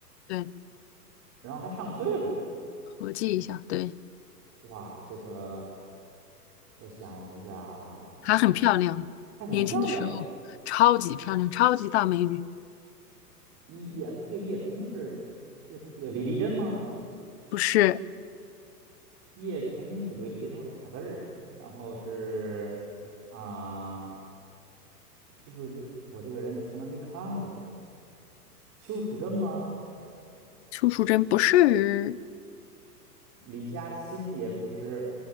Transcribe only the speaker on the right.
然后还上岁数，
哇，这个我想一下啊，啊，
还很漂亮。
一也不对，叶童是叶童不对，李丽珍吗？
叶童不对，叶童俩字儿的。然后是啊。是不是这我这个人就从来没看过呀？邱楚真吗？
李嘉欣也不是，